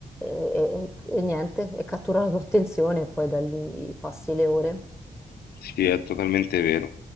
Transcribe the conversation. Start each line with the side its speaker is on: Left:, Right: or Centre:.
Centre: e- e- e niente, e cattura la tua attenzione e poi da lì passi le ore.
Left: sì è totalmente vero